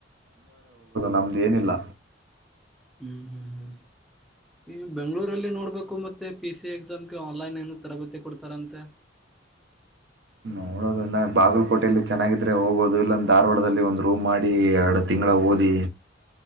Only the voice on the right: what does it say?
ನಮ್ದೇನಿಲ್ಲ
ನೋಡೋದಂದ ಬಾಗಲಕೋಟೆೆಯಲ್ಲಿ ಚೆನ್ನಾಗಿದ್ರೆ ಹೋಗೋದು ಇಲ್ಲಾಂದ ಧಾರವಾಡದಲ್ಲಿ ಒಂದು ರೂಮ್ ಮಾಡಿ ಎರಡು ತಿಂಗಳ ಓದಿ